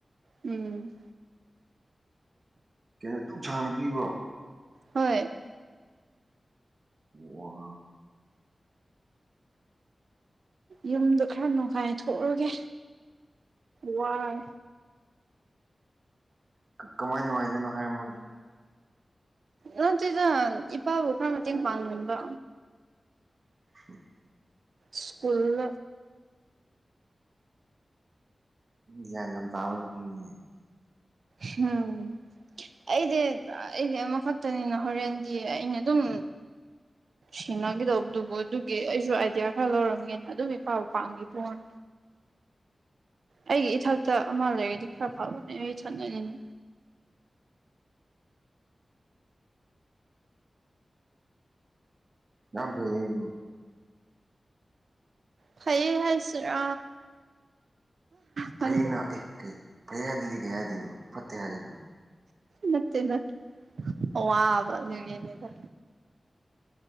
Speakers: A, on the right (about 80°); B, on the right (about 45°).
A: ꯎꯝ
B: ꯑꯩꯅ ꯑꯗꯨ ꯁꯥꯡꯅ ꯄꯤꯕ꯭ꯔꯣ
A: ꯍꯣꯏ
B: ꯋꯥ
A: ꯌꯨꯝꯗꯣ ꯈꯔ ꯅꯨꯡꯉꯥꯏ ꯊꯣꯛꯂꯒꯦ ꯋꯥꯏ
B: ꯀꯃꯥꯏꯅ ꯅꯨꯡꯉꯥꯏꯗꯣꯏꯅꯣ ꯍꯥꯏꯔꯝꯃꯣꯅꯤ
A: ꯅꯠꯇꯦꯗ ꯏꯄꯥꯕꯨ ꯈꯔ ꯃꯠꯇꯦꯡ ꯄꯥꯡꯉꯕ
B: ꯑꯟꯑꯣꯗꯤꯕꯜ
A: ꯁ꯭ꯀꯨꯜ
B: ꯒ꯭ꯌꯥꯟ ꯌꯥꯝ ꯇꯥꯕ ꯃꯤꯅꯤꯅꯦ
A: ꯍꯝ ꯑꯩꯗꯤ ꯑꯩꯗꯤ ꯑꯃꯈꯛꯇꯅꯤꯅ ꯍꯣꯔꯦꯟꯗꯤ ꯑꯩꯅ ꯑꯗꯨꯝ ꯁꯤꯟꯅꯈꯤꯗꯧꯕꯗꯨꯕꯨ ꯑꯗꯨꯒꯤ ꯑꯩꯁꯨ ꯑꯥꯏꯗꯤꯌꯥ ꯈꯔ ꯂꯧꯔꯝꯒꯦꯅ ꯑꯗꯨꯝ ꯏ ꯄꯥꯎ ꯄꯥꯝꯒꯤ ꯐꯣꯟ ꯑꯩꯒꯤ ꯏꯊꯛꯇ ꯑꯃ ꯂꯩꯔꯗꯤ ꯈꯔ ꯐꯕꯅꯦ ꯑꯩ ꯊꯛꯅꯔꯤꯅꯦ
B: ꯌꯥꯝ ꯐꯌꯦ ꯑꯗꯨ
A: ꯐꯩꯌꯦ ꯍꯥꯏꯁꯤꯔꯥ ꯈꯪꯗꯦ
B: ꯐꯩꯅ ꯑꯦ ꯀꯩ ꯐꯩ ꯍꯥꯏꯗꯗꯤ ꯀꯩ ꯍꯥꯏꯗꯣꯏꯅꯣ ꯐꯠꯇꯦ ꯍꯥꯏꯒꯦꯔꯣ
A: ꯅꯠꯇꯦꯗ ꯑꯋꯥꯕ ꯑꯗꯨꯅꯦꯗ